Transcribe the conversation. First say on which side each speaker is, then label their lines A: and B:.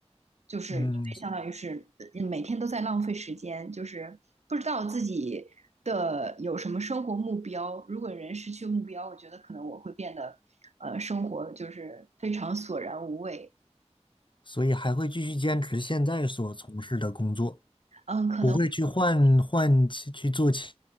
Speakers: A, on the right; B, on the left.
A: 就是因为相当于是呃每天都在浪费时间，
B: 嗯，
A: 就是不知道自己的有什么生活目标。如果人失去目标，我觉得可能我会变得，呃，生活就是非常索然无味。
B: 所以还会继续坚持现在所从事的工作，
A: 嗯，可能
B: 不会去换换其去做其